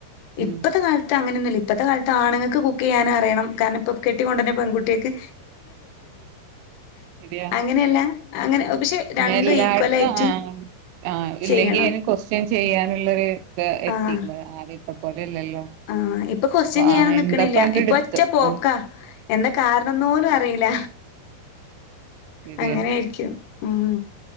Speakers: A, on the right; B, on the left.
A: ഉം
B: ഇപ്പത്തെ കാലത്ത് അങ്ങനെയൊന്നു ഇപ്പത്തെ കാലത്ത് ആണുങ്ങൾക്ക് കുക്ക് ചെയ്യാനറിയണം കാരണം ഇപ്പൊ കെട്ടികൊണ്ട് വരുന്ന പെൺകുട്ടികൾക്ക്
A: ശരിയാ
B: അങ്ങനെയല്ല അങ്ങനെ പക്ഷെ രണ്ടും
A: എല്ലായിടത്തും
B: ഈക്വലായിട്ട്
A: ആ ഇല്ലെങ്കിൽ
B: ചെയ്യണം
A: അയ്നെ ക്വസ്റ്റ്യൻ ചെയ്യാനുള്ളൊരു ഇത് എത്തിക്കുന്നത്
B: ആഹ്
A: ആദ്യത്തെ പോലെയല്ലല്ലോ
B: ആഹ് ഇപ്പൊ ക്വസ്റ്റ്യൻ ചെയ്യാൻ
A: ആഹ്
B: നിക്കണില്ല
A: എന്താപ്പണ്ട്
B: ഇപ്പൊ
A: എടുത്ത്
B: ഒറ്റ പോക്കാ
A: ആഹ്
B: എന്താ കാരണന്ന് പോലും അറിയില്ല
A: ശരിയാ
B: അങ്ങനായിരിക്കും ഉം